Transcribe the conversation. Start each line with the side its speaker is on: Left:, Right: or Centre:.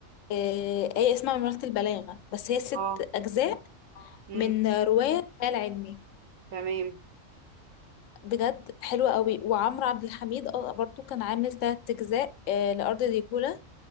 Left: آه، آية اسمها مملكة البلاغة بس هي ست
Right: اه
Left: أجزاء
Right: امم
Left: من رواية خيال علمي
Right: تمام
Left: بجد حلوة قوي وعمرو عبد الحميد آه، برضو كان عامل تلات أجزاء آه، لأرض ديكولا